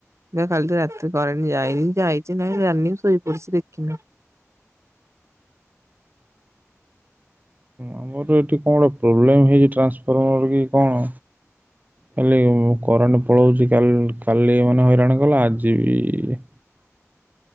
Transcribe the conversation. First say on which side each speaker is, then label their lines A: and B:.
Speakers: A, on the right; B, on the right.
A: <unintelligible> କାଲି ତ ରାତିରୁ କରେଣ୍ଟ୍ ଯାଇନି ଯାଇଚି ନାଇଁ ଜାଣନି ଶୋଇ ପଡଚି ଦେଖିନି।
B: ଆମର ଏଠି କଣ ଗୋଟେ ପ୍ରୋବଲେମ୍ ହେଇଚି ଏ ଟ୍ରାନ୍ସଫର୍ମର କି କଣ? କାଲି କରେଣ୍ଟ ପଳଉଚି କାଲି କାଲି ମାନେ ହଇରାଣ କଲା। ଆଜି ବି